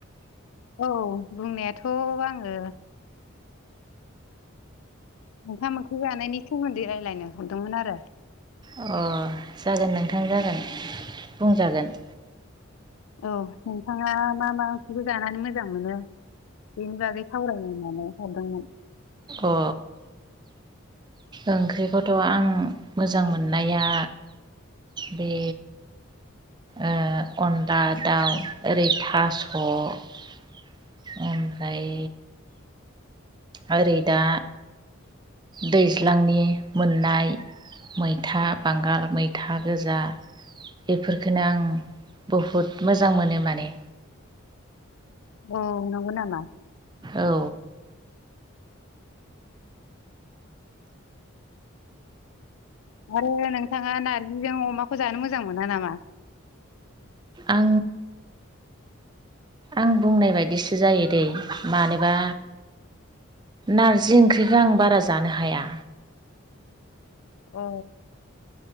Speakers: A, on the left; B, on the right.
A: औ बुंनायाथ' आङो। ओंखाम ओंख्रि जानायनि सोमोन्दै रायलायनो हरदोंमोन आरो।
B: अ जागोन नोंथां जागोन बुंजागोन।
A: औ नोंथाङा मा मा ओंख्रिखौ जानानै मोजां मोनो। बेनि बागै सावरायनो होननानै हरदोंमोन।
B: अ। ओंख्रिखौथ' आं मोजां मोननाया। बे। ओ अनला दाउ ओरै थास'। ओमफ्राय। ओरै दा दैज्लांनि मोननाय। मैथा बांगाल, मैथा गोजा। बेफोरफोरखोनो आं बहुद मोजां मोनो माने।
A: औ नंगौ नामा।
B: औ।
A: आरो नोंथाङा नार्जिजों अमाखौ जानो मोजां मोना नामा।
B: आं। आं बुंनाय बायदिसो जायो दै मानोबा। नारजि ओंख्रिखौ आं बारा जानो हाया।
A: औ।